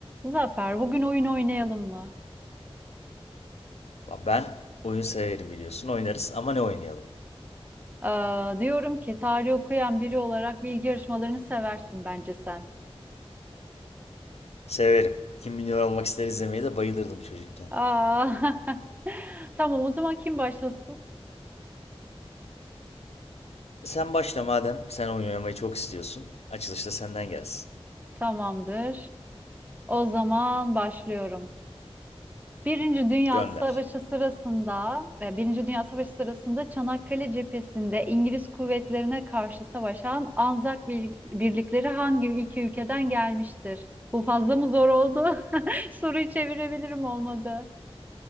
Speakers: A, on the right; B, on the left.
A: Zafer, bugün oyun oynayalım mı?
B: Ben oyun severim biliyorsun. Oynarız ama ne oynayalım?
A: Aa, diyorum ki tarih okuyan biri olarak bilgi yarışmalarını seversin bence sen.
B: Severim. Kim Milyoner Olmak ister izlemeyi de bayılırdım çocukken.
A: Aa, <laughs> tamam, o zaman kim başlasın?
B: Sen başla madem. Sen oyun oynamayı çok istiyorsun. Açılışta senden gelsin.
A: Tamamdır. O zaman başlıyorum. Birinci Dünya
B: Gönder.
A: Savaşı sırasında, e, Birinci Dünya Savaşı sırasında Çanakkale cephesinde İngiliz kuvvetlerine karşı savaşan Anzak bir- birlikleri hangi iki ülkeden gelmiştir? Bu fazla mı zor oldu? <laughs> Soruyu çevirebilirim olmadı.